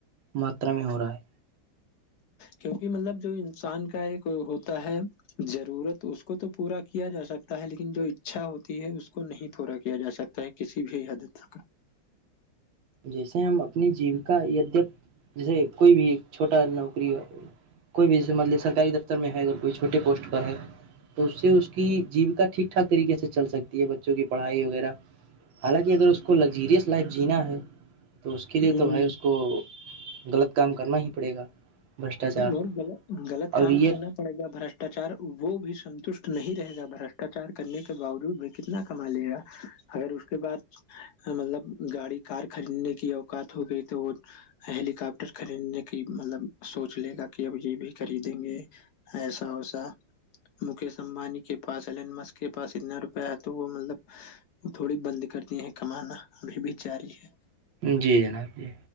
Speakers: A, on the right; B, on the left.
A: ماترا میں ہو رہا ہے
B: کیونکہ مطلب جو انسان کا ایک ہوتا ہے ضرورت اس کو تو پورا کیا جا سکتا ہے لیکن جو اکچھا ہوتی ہے اس کو نہیں پورا کیا جا سکتا کسی بھی حدد تک
A: جیسے ہم اپنی جیوکا دپ جیسے کوئی بھی چھوٹا نوکری ہو کوئی بھی جیسے مطلب سرکاری دفتر میں ہے اگر کوئی چھوٹے پوسٹ پر ہے تو اس سے اس کی جیو‌ کا ٹھیک ٹھاک طریقے سے چل سکتی ہے بچوں کی پڑھائی وغیرہ حالانکہ اگر اس کو لگزیریئس لائف جینا ہے تو اس کے لیے
B: ہ
A: تو بھائی اس کو غلط کام کرنا ہی پڑے گا بھرشٹاچار
B: اور غلط
A: اور
B: کام
A: یہ
B: کرنا پڑے گا بشٹاچار وہ بھی سنتوشٹ نہیں رہے گا برشٹاچار کرنے کے باوجود کتنا کما لے گا اگر اس کے بعد مطلب گاڑی کار خریدنے کی اوقات ہو گئی تو ہیلی کاپٹر خریدنے کی مطلب سوچ لے گا کہ اب یہ بھی خریدیں گے ایسا وسا مکیش امبانی کے پاس الین مس کے پاس اتنا روپیہ ہے تو وہ مطلب وہ تھوڑی بند کر دی ہیں کمانا ابھی بھی جاری ہے
A: جی جناب جی